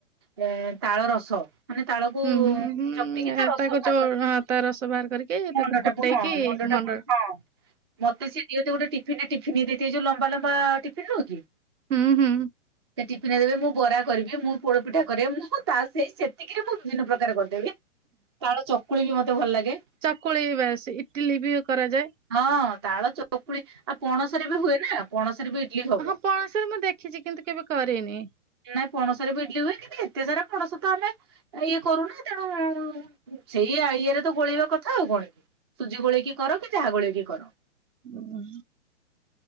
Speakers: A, on the right; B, on the right.
A: ଏ ତାଳ ରସ। ମାନେ ତାଳକୁ
B: ହୁଁ ହୁଁ
A: ଚକଟିକି
B: ହୁଁ
A: ତା ରସ
B: ତାକୁ
A: ବାହାର କରି
B: ଆ ତା ରସ ବାହାର କରିକି ତାକୁ
A: ମଣ୍ଡ
B: ଫୁଟେଇକି
A: ଟାକୁ ହଁ ଟାକୁ
B: ମଣ୍ଡ <inaudible>
A: ହଁ ମତେ ସେ ଦିଅନ୍ତି ଗୋଟେ ଟିଫିନ ରେ ଟିଫିନିଏ ଇଏ ଯୋଉ ଲମ୍ବା ଲମ୍ବା ଟିଫିନ ନୁହକି
B: ହୁଁ ହୁଁ
A: ସେ ଟିଫ ଫିନିଏ ଦେବେ ମୁଁ ବରା କରିବି ମୁଁ ପୋଡ ପିଠା କରେ ମୁଁ ତା ସେଇ ସେତିକିରେ ମୁଁ ବିଭିନ୍ନ ପ୍ରକାର କରେ। ତାଳ ଚକୁଳି ବି ମତେ ଭଲ ଲାଗେ।
B: ଚକୁଳି ବାସ୍ ଇଟିଲି ବି କରାଯାଏ।
A: ହଁ ତାଳ ଚକୁଳି ଆଉ ପଣସରେ ବି ହୁଏ ନା ପଣସରେ ବି ଇଡଲି ହବ।
B: ହଁ ପଣସରେ ମୁଁ ଦେଖିଛି କିନ୍ତୁ କେବେ କରିନି।
A: ନାଇଁ ପଣସରେ ଇଡ଼ିଲି ହୁଏ କିନ୍ତୁ ଏତେ ସାରା ପଣସ ତ ଆମେ ଇଏ କରୁନେ ତେଣୁ ସେଇ ଆଳିଆରେ ତ ଗୋଳେଇବା କଥା ଆଉ କଣ କି ସୁଜି ଗୋଳେଇକି କର କି ଯାହା ଗୋଳେଇକି କର।
B: ହୁଁ।